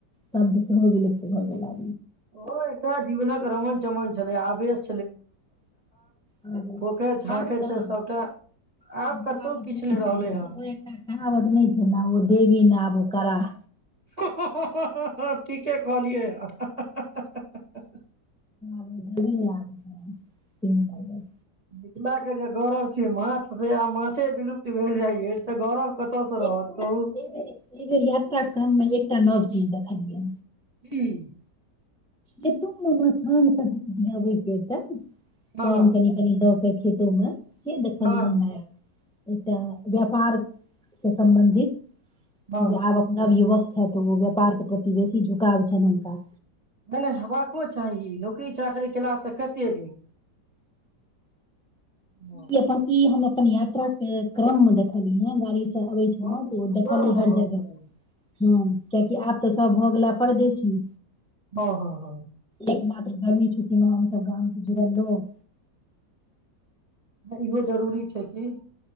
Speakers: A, in the centre; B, on the right.
A: शब्द सेहो विलुप्त तोहरवला
B: ओहो एकटा जीवनक रमन चमन छलै आ बेस-
A: आब
B: पोखरि झाँखरि
A: कहाँ
B: से सबटा आब
A: कहावत
B: कतौ किछु
A: नहि
B: रहलै
A: छै नै
B: हन
A: ओ एकटा कहावत नहि छै ने ओ देवी ने आब कराहऽ
B: हें- हें- हह हाँ-हाँ-हँ ठीके कहलियै हँ हहह
A: <unintelligible> तीन बजे
B: मिथिलाके जे गौरव छै माँछ से आब माँछ छै से विलुप्त भेल जाइ छै तऽ गौरव कतऽस
A: एहि
B: रहत कहू
A: बेर एहि बेर यात्रा क्रम मे एकटा नव चीज देखलियै
B: की
A: खेतोमे मखान सब उपजाबैके एकटा
B: हँ
A: पइन केनी केनी दऽ देखियै तूमे नहि देखलियै
B: हँ
A: आय एकटा व्यापार स सम्बन्धित
B: हँ
A: जे आबक नवयुवक छथितऽ ओ व्यापार के प्रति बेसी झुकाव छनि हुनका
B: नहि नहि हेबाको चाही नौकरी चाकरी कएलासँ कतेक दिन हँ
A: कती क ई अपन ई हम अपन यात्रा क्रममे देखली ह गाड़ी तऽ अबै छलहूँ
B: बड्ड सुन्दर
A: तऽओ देखलियै
B: अनुभव
A: हर जगह
B: भेलै
A: हाँ कियकि आब तऽ सब भऽ गेला परदेशी
B: हँ हँ हँ
A: एकमात्र गर्मी छुट्टी मे हमस गाम से जुड़ल रहो
B: नहि इहो जरूरी छै किी